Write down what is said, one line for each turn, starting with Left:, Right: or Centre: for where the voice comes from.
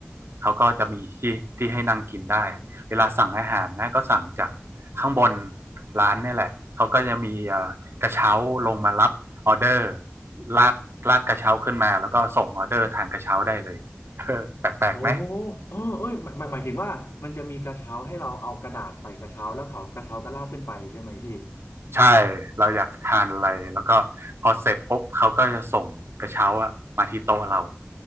Right: เขาก็จะมีที่ที่ให้นั่งกินได้เวลาสั่งอาหารนะก็สั่งจากข้างบนร้านเนี่ยแหละเขาก็จะมีเอ่อ กระเช้าลงมารับออเดอร์ลากลากกระเช้าขึ้นมาแล้วก็ส่งออเดอร์ทางกระเช้าได้เลย <laughs> แปลกๆไหม
Left: โอ้เออเอ้ยหมายหมายหมายถึงว่ามันจะมีกระเช้าให้เราเอากระดาษใส่กระเช้าแล้วเขากระเช้าก็ลากขึ้นไปใช่ไหมพี่
Right: ใช่เราอยากทานอะไรแล้วก็พอเสร็จปุ๊บเขาก็จะส่งกระเช้าอะมาที่โต๊ะเรา